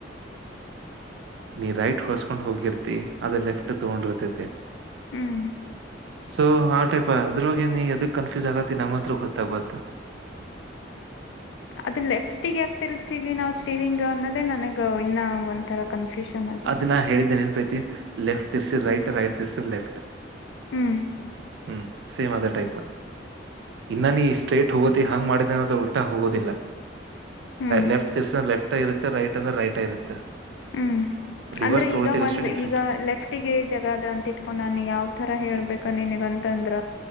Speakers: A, on the right; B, on the left.
A: ನೀ ರೈಟ್ ಹೊಳ್ಸ್ಕೊಂಡ್ ಹೋಗಿರ್ತಿ ಅದ ಲೆಫ್ಟ್ ತಗೊಂಡಿರ್ತೈತೆ
B: ಹ್ಮ್
A: ಸೊ ಆ ಟೈಪ್ ಅದ್ರಗೆ ನೀ ಎದಕ್ ಕನ್ಫ್ಯೂಸ್ ಆಗತ್ತ ನಂಗಂರು ಗೊತ್ತಾಗತ್ತ <inaudible>
B: ಅದ್ ಲೆಫ್ಟಗ ಯಾಕೆ ತಿರ್ಗ್ಸಿದ್ವಿ ನಾವವು ಸ್ಟೀರಿಂಗ್ ಅನ್ನೋದೇ ನನಗ ಇನ್ನ ಒಂಥರ ಕನ್ಫ್ಯೂಷನ್ ಅದು
A: ಅದನ್ನ ಹೇಳಿದ್ದೆ ನೆನ್ಪೈತಿ ಲೆಫ್ಟ್ ತರ್ಸಿ ರೈಟ್ ರೈಟ್ ತರ್ಸಿ ಲೆಫ್ಟ್
B: ಹ್ಮ್
A: ಹ್ಮ್ ಸೇಮ್ ಅದೇ ಟೈಪ್ ಇನ್ನಾನ ಸ್ಟ್ರೇಟ್ ಹೋಗೋತಿ ಹಂಗ್ ಮಾಡಿದ ಅನಾದ್ರ ಉಲ್ಟಾ ಹೋಗೋದಿಲ್ಲ
B: ಹ್ಮ್
A: ಲೆಫ್ಟ್ ತೀರ್ಸ್ರ ಲೆಫ್ಟ್ ಇರುತ್ತೆ ರೈಟ್ ಅಂದ್ರೆ ರೈಟ್ ಇರುತ್ತೆ
B: ಹ್ಮ್
A: ರಿವರ್ಸ್
B: ಅಂದ್ರೆ
A: ತೊಗೊಳ್ತೀವಿ
B: ಈಗ
A: ಅಷ್ಟೇ
B: ಒಂದ್
A: ಡಿಫ್ರೆಂಟ್
B: ಈಗ ಲೆಫ್ಟಗೆ ಜಗ ಅದ ಅಂತ ಇಟ್ಕೊಂಡ ನಾನು ಯಾವ್ ತರ ಹೇಳ್ಬೇಕ ನಿನಗ ಅಂತಂದ್ರ